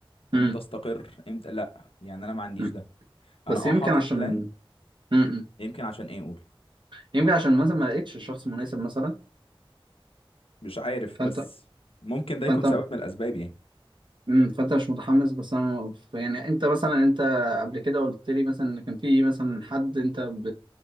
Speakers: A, on the right (about 55°); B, on the left (about 75°).
A: امم
B: امتى استقر امتى لا يعني انا ما عنديش
A: امم
B: ده انا
A: بس
B: اه
A: يمكن
B: حاطط
A: عشان
B: بلان
A: امم
B: يمكن عشان ايه اقول
A: يمكن عشان مثلا ما لقيتش الشخص المناسب مثلا
B: مش عارف
A: فانت
B: بس ممكن ده
A: فانت
B: يكون سبب من الاسباب يعني
A: امم فانت مش متحمس بس انا ف- يعني انت مثلا انت قبل كده قلت لي مثلا ان كان في مثلا حد انت ب...